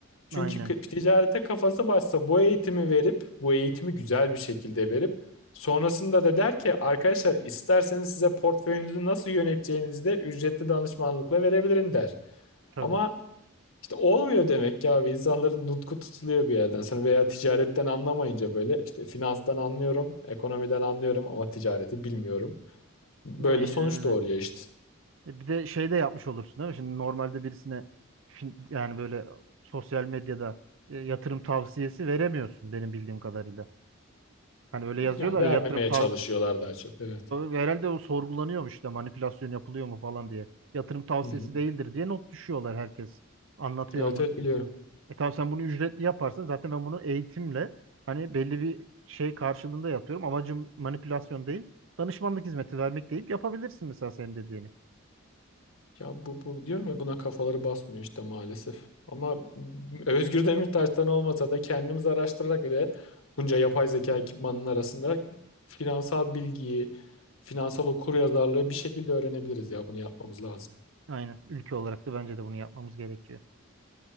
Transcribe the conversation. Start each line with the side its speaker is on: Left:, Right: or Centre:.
Left: Çünkü
Right: Aynen.
Left: k- ticarete kafası başsa bu eğitimi verip, bu eğitimi güzel bir şekilde verip, sonrasında da der ki arkadaşlar isterseniz size portföyünüzü nasıl yöneteceğinizi de ücretli danışmanlıkla verebilirim der.
Right: Tabii.
Left: Ama işte olmuyor demek ki abi insanların nutku tutuluyor bir yerden sonra veya ticaretten anlamayınca böyle işte finanstan anlıyorum, ekonomiden anlıyorum ama ticareti bilmiyorum. Böyle
Right: Aynen
Left: sonuç
Right: öyle.
Left: doğuruyor işte.
Right: E, Bir de şey de yapmış olursun değil mi? Şimdi normalde birisine fin- yani böyle sosyal medyada e, yatırım tavsiyesi veremiyorsun benim bildiğim kadarıyla. Hani öyle yazıyorlar
Left: Yani vermemeye
Right: ya yatırım tavsiyesi
Left: çalışıyorlar daha çok evet.
Right: herhalde o sorgulanıyormuş işte manipülasyon yapılıyor mu falan diye. Yatırım tavsiyesi
Left: Hı hı.
Right: değildir diye not düşüyorlar herkes. Anlatıyor
Left: Evet
Right: anlatıyor.
Left: evet biliyorum.
Right: E tamam sen bunu ücretli yaparsan zaten ben bunu eğitimle hani belli bir şey karşılığında yapıyorum. Amacım manipülasyon değil. Danışmanlık hizmeti vermek deyip yapabilirsin mesela senin dediğini.
Left: Ya bu, bu diyorum ya buna kafaları basmıyor işte maalesef. Ama Özgür Demirtaş'tan olmasa da kendimiz araştırarak ve bunca yapay zeka ekipmanının arasında finansal bilgiyi, finansal okuryazarlığı bir şekilde öğrenebiliriz ya bunu yapmamız lazım.
Right: Aynen. Ülke olarak da bence de bunu yapmamız gerekiyor.